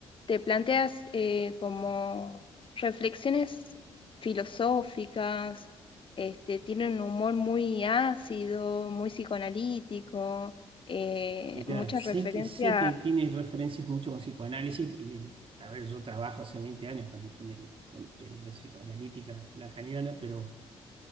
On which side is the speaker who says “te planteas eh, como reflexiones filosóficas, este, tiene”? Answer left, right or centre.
Left